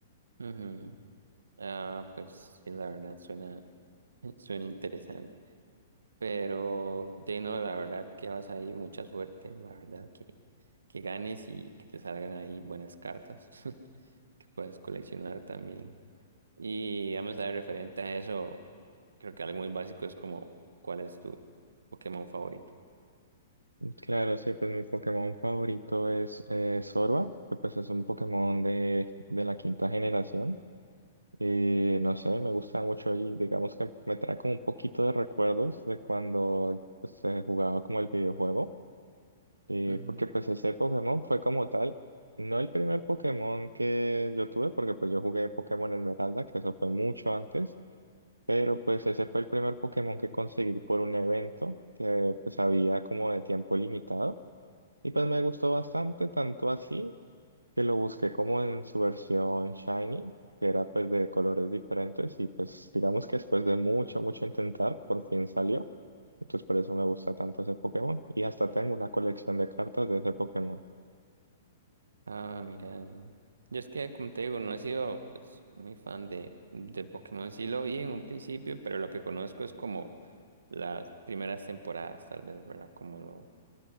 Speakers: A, on the right; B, on the right.
A: ujú. Ah, pues sí, la verdad suena, <laughs> suena interesante. Pero, de no, la verdad que vas ahí, mucha suerte, la verdad que, que ganes y que te salgan ahí buenas cartas <laughs> que puedes coleccionar también. Y vamos a ver, referente a eso, creo que algo muy básico es como, ¿cuál es tu Pokémon favorito?
B: Claro, sí, pues mi Pokémon favorito es eh, Zorba, que pues es un Pokémon de, de la quinta generación. Y no sé, me gusta mucho y digamos que me trae como un poquito de recuerdos de cuando pues, se jugaba como el videojuego. Y
A: Ujú.
B: porque pues ese Pokémon fue como tal, no el primer Pokémon que yo tuve, porque pues yo jugué Pokémon Esmeralda, que eso fue mucho antes, pero pues ese fue el primer Pokémon que conseguí por un evento que pues había como de tiempo limitado. Y pues me gustó bastante, tanto así que lo busqué como en su versión shiny, que era pues de colores diferentes y pues digamos que después de mucho, mucho intentar, por fin salió. Entonces por eso me gusta tanto ese Pokémon. Y hasta tengo una colección de cartas de ese Pokémon.
A: Ah, mira, yo es que, como te digo, no he sido pues muy fan de, de Pokémon, sí lo vi en un principio, pero lo que conozco es como las primeras temporadas, tal vez, ¿verdad? Como lo